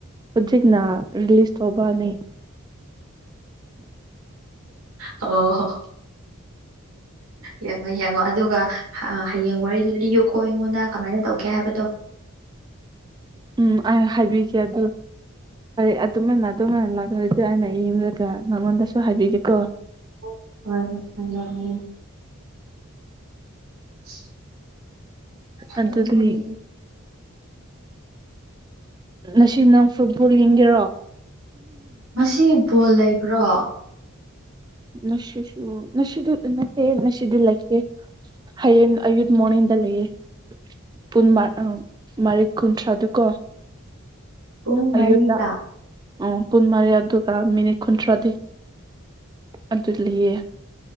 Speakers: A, on the right; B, on the right.
A: ꯍꯧꯖꯤꯛꯅ ꯔꯤꯂꯤꯁ ꯇꯧꯕꯅꯤ
B: ꯑꯣ ꯌꯦꯡꯉꯣ ꯌꯦꯡꯉꯣ ꯑꯗꯨꯒ ꯍꯌꯦꯡ ꯋꯥꯔꯤꯗꯨ ꯂꯤꯌꯨꯀꯣ ꯑꯩꯉꯣꯟꯗ ꯀꯃꯥꯏꯅ ꯇꯧꯒꯦ ꯍꯥꯏꯕꯗꯣ
A: ꯎꯝ ꯑꯩ ꯍꯥꯏꯕꯤꯒꯦ ꯑꯗꯨ ꯐꯔꯦ ꯑꯗꯨꯃꯥꯏꯅ ꯑꯗꯨꯝ <unintelligible> ꯑꯩ ꯌꯦꯡꯂꯒ ꯅꯉꯣꯟꯗꯁꯨ ꯍꯥꯏꯕꯤꯒꯦꯀꯣ
B: ꯍꯣꯏ ꯍꯣꯢ ꯍꯥꯏꯌꯣ ꯍꯥꯏꯌꯣ <unintelligible>
A: ꯑꯗꯨꯗꯤ
B: ꯑꯗꯨꯅꯦ꯫
A: ꯉꯁꯤ ꯅꯪ ꯐꯨꯠꯕꯣꯜ ꯌꯦꯡꯒꯦꯔꯣ
B: ꯉꯁꯤ ꯕꯣꯜ ꯂꯩꯕ꯭ꯔꯣ
A: ꯉꯁꯤꯁꯨ ꯉꯁꯤꯗꯤ ꯅꯠꯇꯦ ꯉꯁꯤꯗꯤ ꯂꯩꯇꯦ ꯍꯌꯦꯡ ꯑꯌꯨꯠ ꯃꯣꯔꯅꯤꯗ ꯂꯩꯌꯦ ꯄꯨꯟꯃꯥꯔꯛ ꯑꯣ ꯃꯔꯤꯛ ꯀꯨꯟꯊ꯭ꯔꯥꯗꯨ ꯀꯣ
B: ꯄꯨꯡ ꯃꯔꯤꯗ
A: ꯑꯌꯨꯛꯇ ꯑꯣ ꯄꯨꯟ ꯃꯔꯤ ꯑꯗꯨꯒ ꯃꯤꯅꯤꯠ ꯀꯨꯟꯊ꯭ꯔꯥꯗꯤ ꯑꯗꯨ ꯂꯩꯌꯦ